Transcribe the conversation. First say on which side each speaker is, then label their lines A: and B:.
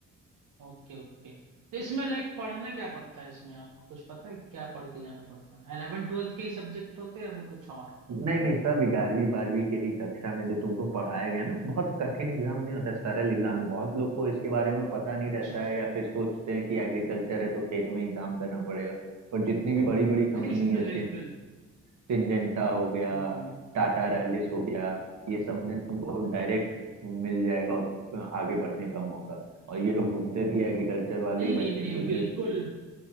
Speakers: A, on the right (about 80°); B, on the right (about 60°).
A: Okay okay तो इसमें लाइक पढ़ना क्या पड़ता है इसमें आपको कुछ पता है क्या पढ़ के जाना पड़ता है 11th 12th के ही सब्जेक्ट होते हैं या फिर कुछ और
B: नहीं नहीं सब ग्यारहवीं बारहवीं के ही कक्षा में जो तुमको पढ़ाया गया ना बहुत कठिन एग्जाम नहीं होता सरल एग्जाम बहुत लोग को इसके बारे में पता नहीं
A: अच्छा
B: रहता
A: अच्छा
B: है या फिर सोचते हैं कि एग्रीकल्चर है तो खेत में ही काम करना पड़ेगा पर जितनी भी बड़ी बड़ी कंपनी
A: बिल्कुल
B: है
A: बिल्कुल
B: सिंजेंटा हो गया
A: हम्म हम्म।
B: टाटा रैलिस हो गया ये सब में तुमको डायरेक्ट मिल जाएगा आगे बढ़ने का मौका और ये लोग ढूंढते भी एग्रीकल्चर वाले
A: नहीं
B: ही बच्चे
A: नहीं
B: हैं
A: नहीं
B: क्योंकि
A: बिल्कुल